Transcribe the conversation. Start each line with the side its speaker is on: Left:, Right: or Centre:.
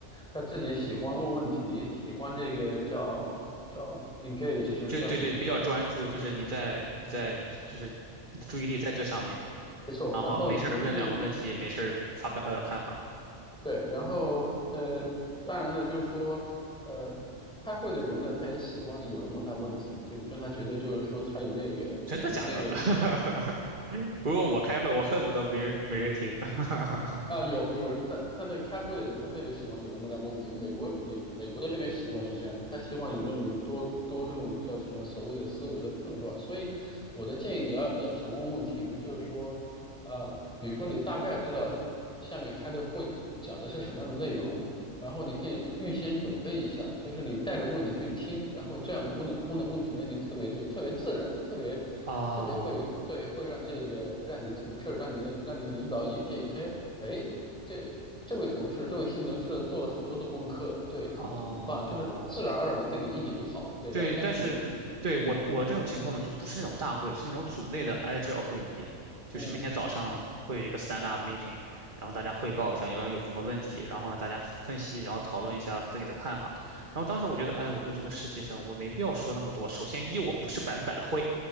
Centre: 他自己喜欢问问题，喜欢这个叫叫 engage，就是叫什么？
Right: 就对对，比较专注，就是你在你在就是你的注意力在这上面，
Centre: 没错。
Right: 然后没事儿问两个问题，
Centre: 然后那个
Right: 没事儿发表发表看法，
Centre: 对，然后呃，当然呢，就是说呃，开会的人呢，他也喜欢有人问他问题，就让他觉得就是说他有那个有那个
Right: 真的假的？<laughs> 如果我开会，我恨不得没人没人听。<laughs>
Centre: 啊，有有人，他他那开会的人，他特别喜欢有人问他问题。美国美美国的这边习惯是这样的，他希望有那种多多这种叫什么所谓的思维的碰撞。所以我的建议，你要要想问问题呢，就是说，呃，比如说你大概知道下面开的会讲的是什么样的内容，然后你可以预先准备一下，就是你带着问题去听，然后这样问的问的问题呢，你特别就特别自然，特别特别会对，
Right: 啊
Centre: 会让这个让你的同事，让你的让你领导眼界一开。哎，这这位同事，这位性能是做了很多的功课，对，很很棒，
Right: 哦，
Centre: 就是自然而然的对你印象就好了，对吧？
Right: 对，
Centre: 但是你，
Right: 但是对我我这种情况呢，
Centre: 嗯
Right: 就不是那种大会，是那种组内的 agile 会议，就是每天早上会有一个
Centre: 嗯
Right: stand up meeting，然后大家汇报一下有有什么问题，然后呢大家分析，然后讨论一下自己的看法。然后当时我觉得，哎，我就是个实习生，我没必要说那么多。首先一我不是百分百的会，